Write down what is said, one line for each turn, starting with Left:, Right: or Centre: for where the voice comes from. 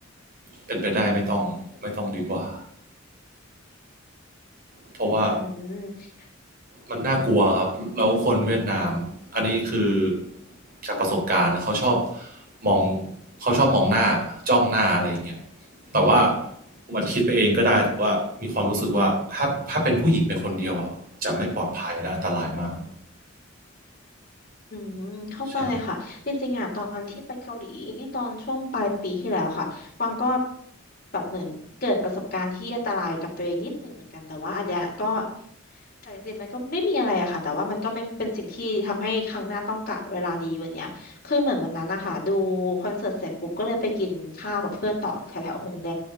Right: เป็นไปได้ไม่ต้องไม่ต้องดีกว่า เพราะว่า
Left: อืม
Right: มันน่ากลัวครับแล้วคนเวียดนามอันนี้คือจากประสบการณ์นะเขาชอบมองเขาชอบมองหน้าจ้องหน้าอะไรอย่างเงี้ยแต่ว่าผมอาจจะคิดไปเองก็ได้แต่ว่ามีความรู้สึกว่าถ้าถ้าเป็นผู้หญิงเป็นคนเดียวอ่ะจะไม่ปลอดภัยและอันตรายมาก
Left: อืมเข้าใจเลยค่ะจริงๆอ่ะตอนที่ไปเกาหลีตอนช่วงปลายปีที่แล้วค่ะกวางก็
Right: ใช่
Left: แบบเหมือนเกิดประสบการณ์ที่อันตรายกับตัวเองนิดนึงเหมือนกันแต่ว่าอันเนี้ยก็แต่จริงๆมันก็ไม่มีอะไรอะค่ะแต่ว่ามันก็ไม่เป็นสิ่งที่ทำให้ครั้งหน้าต้องกะเวลาดีกวันเนี้ยคือเหมือนวันนั้นนะคะดูคอนเสิร์ตเสร็จปุ๊บก็เลยไปกินข้าวกับเพื่อนต่อแถวแถวฮงแด